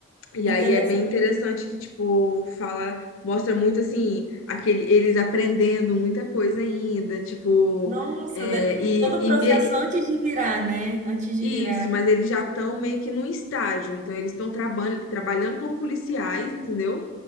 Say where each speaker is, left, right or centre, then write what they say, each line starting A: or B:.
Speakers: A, on the left (about 85°); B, on the right (about 40°).
A: E
B: Interessante.
A: aí é bem interessante que, tipo, fala, mostra muito assim, aquele, eles aprendendo muita coisa ainda, tipo,
B: Nossa,
A: é,
B: de-
A: e,
B: todo
A: e,
B: o processo
A: me-
B: antes de virar, né? Antes de
A: Isso,
B: virar.
A: mas eles já estão meio que num estágio, então eles estão trabalhando trabalhando como policiais, entendeu?